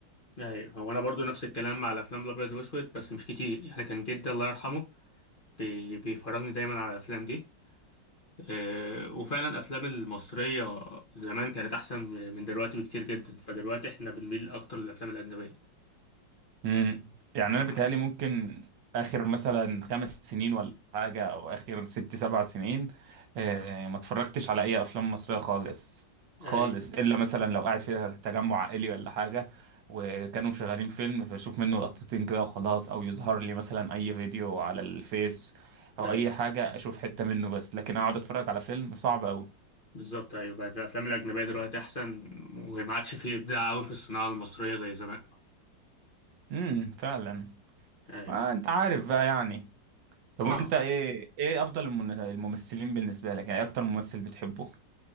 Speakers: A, on the left; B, on the right.
A: ايوه هو انا برضو نفس الكلام مع الافلام الابيض واسود بس مش كتير يعني كان جدي الله يرحمه بي- بيفرجني دايما على الافلام دي آه، وفعلا الافلام المصرية زمان كانت احسن من دلوقتي بكتير جدا فدلوقتي احنا بنميل اكتر للافلام الاجنبية
B: امم يعني
A: آه،
B: انا بيتهيألي ممكن اخر مثلا خمس سنين ولا حاجه او اخر ست سبع سنين آه ما اتفرجتش على اي افلام مصريه خالص خالص
A: ايوه
B: الا مثلا لو قاعد في تجمع عائلي ولا حاجه وكانوا شغالين فيلم فاشوف منه لقطتين كده وخلاص او يظهر لي مثلا اي فيديو على الفيس او
A: ايوه
B: اي حاجه اشوف حته منه بس لكن اقعد اتفرج على فيلم صعب قوي
A: بالظبط ايوه بقت الافلام الاجنبية دلوقتي احسن وما عادش فيه ابداع قوي في الصناعة المصرية زي زمان
B: امم فعلا
A: ايوه
B: آه انت عارف بقى يعني طب
A: اه
B: وانت ايه ايه افضل المن- الممثلين بالنسبه لك يعني ايه اكتر ممثل بتحبه